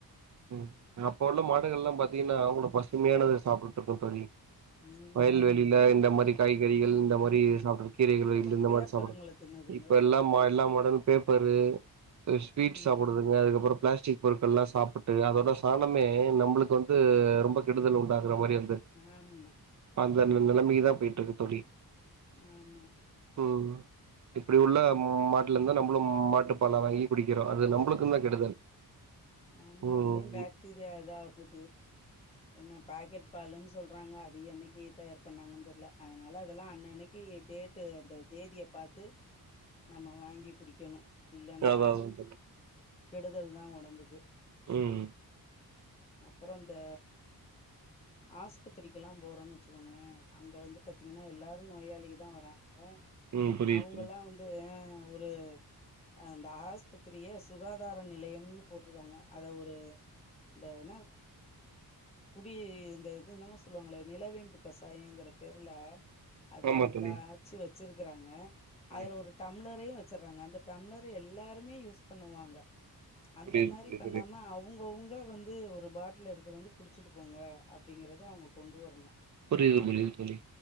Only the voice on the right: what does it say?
ம் அப்ப உள்ள மாடுகள் எல்லா பாத்திங்கனா அவ்ளோ பசுமையானத சாப்டுட்ருக்கு தோழி
வயல்வெளில இந்த மாரி காய்கறிகள் இந்த மாரி சாப்டு கீரைகளு
இ இந்த
மாதிரி சாப்பிடு
இப்ப எல்லா எல்லா மாடுகளு பேப்பரு ஸ்வீட் சாப்டுதுங்க
அதுக்கப்புற பிளாஸ்டிக் பொருட்கள் எல்லா சாப்புட் டு அதோட சாணமே நம்மளுக்கு வந்து ரொம்ப கெடுதல் உண்டா க்றமாதிரி அந்த
அந்த ந நெலைமைக்கு தா போய்ட்ருக்கு தோழி
ம் இப்டி உள்ள மாட்ல இருந்து நம்ளு மாட்டுப்பால வாங்கி குடிக்கிறோ அது நம்புளுக்குந்தா கெடுதல்
ம்
அதா அதா தோழி
ம்
ம் புரியுது
தோழி
ஆமா தோழி
ம்
புரியுது
புரியுது
புரியுது புரியுது தோழி